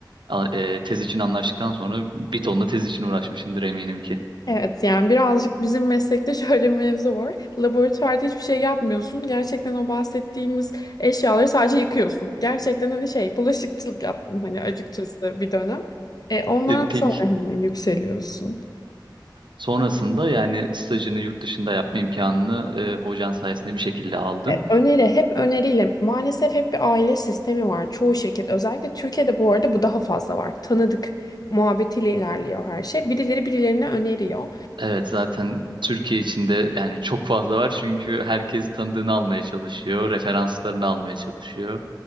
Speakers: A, on the right; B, on the left.
A: a- e, tez için anlaştıktan sonra bir ton da tez için uğraşmışsındır eminim ki.
B: Evet yani birazcık bizim meslekte <laughs> şöyle bir mevzu var. Laboratuvarda hiçbir şey yapmıyorsun. Gerçekten o bahsettiğimiz eşyaları sadece yıkıyorsun. Gerçekten hani şey bulaşıkçılık yaptım hani açıkçası bir dönem. E, ondan
A: E, peki
B: sonra hani yükseliyorsun.
A: Sonrasında yani stajını yurt dışında yapma imkanını e, hocan sayesinde bir şekilde aldın.
B: E, öneri hep öneriyle maalesef hep bir aile sistemi var. Çoğu şirket özellikle Türkiye'de bu arada bu daha fazla var. Tanıdık muhabbetiyle ilerliyor her şey. Birileri birilerine öneriyor.
A: Evet zaten Türkiye içinde yani çok fazla var çünkü herkes tanıdığını almaya çalışıyor, referanslarını almaya çalışıyor.